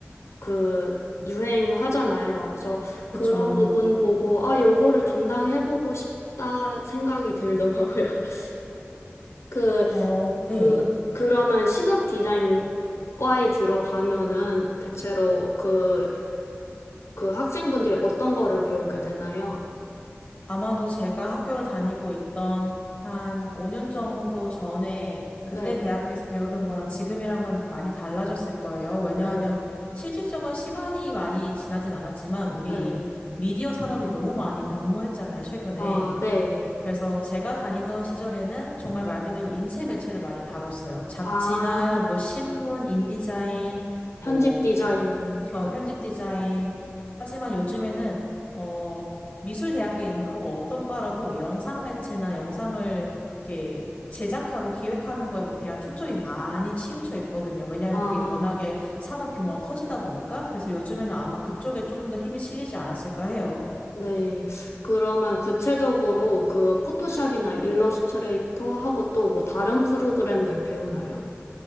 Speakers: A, on the left; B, on the left.
A: 그 유행하잖아요. 그래서
B: 그쵸.
A: 그런 부분 보고 아, 요거를 담당해보고 싶다 생각이 들더라고요. <laughs> 그,
B: 어,
A: 그,
B: 네.
A: 그러면 시각 디자인 과에 들어가면은 대체로 그, 그 학생분들이 어떤 거를 배우게 되나요?
B: 아마도 제가 학교를 다니고 있던 한 5년 정도 전에 그때
A: 네,
B: 대학교에서 배우던 거랑 지금이랑은 많이 달라졌을 거예요. 왜냐하면
A: 네,
B: 실질적인 시간이 많이 지나진 않았지만 우리
A: 네,
B: 이 미디어 산업이 너무 많이 변모했잖아요, 최근에.
A: 어, 네.
B: 그래서 제가 다니던 시절에는 정말 말 그대로 인쇄 매체를 많이 다뤘어요. 잡지나
A: 아,
B: 뭐 신문, 인디자인, 뭐
A: 편집 디자인
B: 그쵸.
A: 같은
B: 편집 디자인.
A: 거.
B: 하지만 요즘에는, 어, 미술 대학에 있는 그 어떤 과라도 영상 매체나 영상을 이렇게 제작하고 기획하는 거에 대한 초점이 많이 치우쳐 있거든요. 왜냐하면
A: 아.
B: 그게 워낙에 산업 규모가 커지다 보니까. 그래서 요즘에는 아마 그쪽에 조금 더 힘이 실리지 않았을까 해요.
A: 네. 그러면 구체적으로 그 포토샵이나 일러스트레이터하고 또 뭐 다른 프로그램들 배우나요?